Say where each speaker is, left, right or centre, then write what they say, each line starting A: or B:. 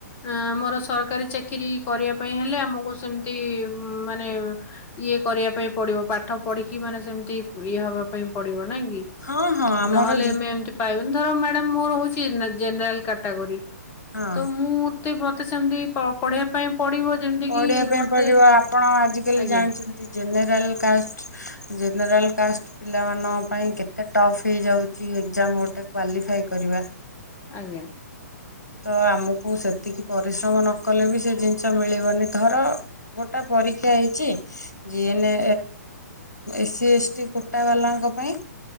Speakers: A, on the left; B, on the left.
A: ଆମର ସରକାରୀ ଚାକିରି କରିବା ପାଇଁ ହେଲେ ଆମୁକୁ ସେମ୍ତି ମାନେ ଇଏ କରିବା ପାଇଁ ପଡିବ ପାଠ ପଢିକି ମାନେ ସେମ୍ତି ଇଏ ହବା ପାଇଁ ପଡିବ ନାଇଁ କି। ନହେଲେ
B: ହଁ ହଁ ଆମର ଯେ
A: ଏମ୍ ଏ ଏମ୍ତି ପାଇବୁନି, ଧର ମ୍ୟାଡମ୍ ମୋର ହଉଚି ଜେନେରାଲ୍ କାଟାଗୋରି।
B: ହଁ
A: ତ ମୁଁ ତେ ମତେ ସେମ୍ତି ପ ପଢେଇବା ପାଇଁ ପଡିବ? ଯେମିତି
B: ପଢିବା
A: କିି
B: ପାଇଁ
A: ମତେ
B: ପଡିବ ଆପଣ ଆଜିକାଲି
A: ଆଜ୍ଞା
B: ଜାଣିଛନ୍ତି ଜେନେରାଲ୍ କାଷ୍ଟ ଜେନେରାଲ୍ କାଷ୍ଟ ପିଲାମାନଙ୍କ ପାଇଁ କେତେ ଟପ୍ ହେଇଯାଉଚି ଏକ୍ଜାମ ଗୋଟେ କ୍ଵାଲିଫାଇ କରିବା।
A: ଆଜ୍ଞା।
B: ତ ଆମକୁ ସେତିକି ପରିଶ୍ରମ ନ କଲେ ବି ସେ ଜିନିଷ ମିଳି ବନି ଧର ଗୋଟା ପରୀକ୍ଷା ହେଇଚି। ଜିନ୍ଏ ଏସି ଏସ୍ଟି କୋଟା ବାଲାଙ୍କ ପାଇଁ